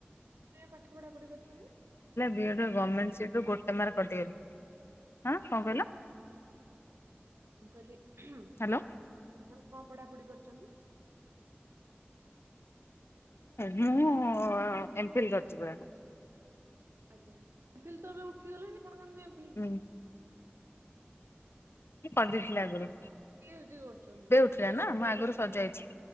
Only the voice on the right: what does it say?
<unintelligible> ପାଠ ପଢା ପଢି କରିଛନ୍ତି।
ମୁଁ କହିଲି ଆପଣ
କଣ ପଢାପଢି କରିଚନ୍ତି।
ଆଜ୍ଞା <unintelligible> ଉଠିଗଲେଣି କଣ କେମ୍
ପି ଏଚ୍ ଡି କରୁଚନ୍ତି।